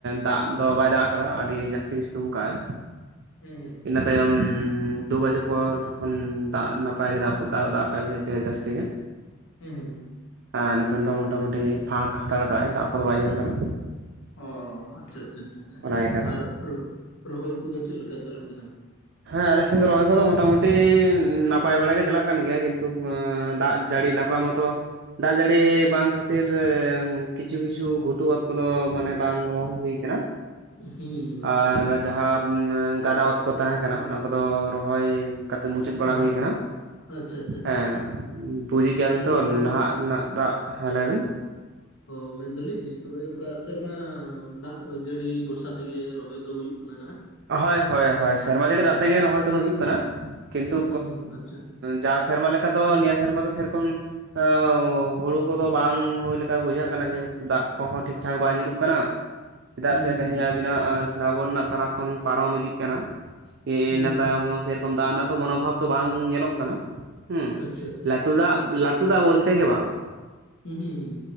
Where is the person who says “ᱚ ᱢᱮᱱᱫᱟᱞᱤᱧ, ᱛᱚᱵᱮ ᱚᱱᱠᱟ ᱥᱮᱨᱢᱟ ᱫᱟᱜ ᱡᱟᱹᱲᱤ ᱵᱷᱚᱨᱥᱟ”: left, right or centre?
Left